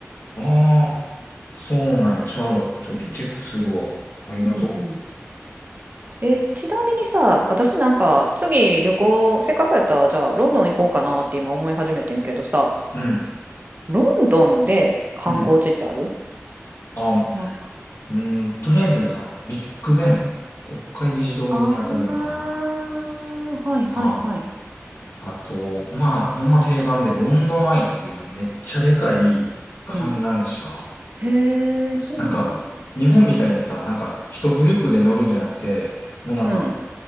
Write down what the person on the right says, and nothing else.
うん
うんうん。え、ちなみにさ、私なんか次旅行、せっかくやったらじゃあロンドン行こうかなって今思い始めてんけどさ、
ロンドンで観光地ってある
なんか、
あー、
はいはいはい。
うん。へえ、そんなんあるんや。
うん。